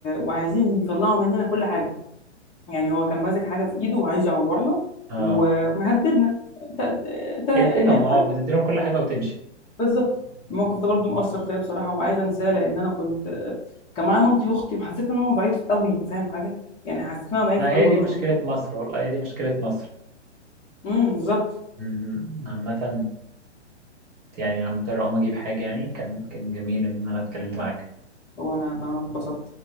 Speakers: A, on the left; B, on the right.
A: وعايزين يطلعوا مننا كل حاجه يعني هو كان ماسك حاجه في ايده وعايز يعورنا
B: اه
A: ومهددنا ت... ت...
B: ادي
A: يعني
B: لهم اه
A: فاهم
B: بتدي لهم كل حاجة وتمشي
A: بالظبط الموقف ده برضو مؤثر فيا بصراحه وعايزه انساه لان انا كنت كان معايا مامتي واختي وحسيت ان انا ضعيف قوي فاهم حاجه يعني حسيت ان انا ضعيف
B: ما
A: قوي
B: هي دي
A: قدامه
B: مشكلة مصر والله هي دي مشكلة مصر
A: امم بالظبط
B: مم. عامة يعني انا مضطر اقوم اجيب حاجة يعني كان كان جميل ان انا اتكلمت معاك
A: هو انا انا انبسطت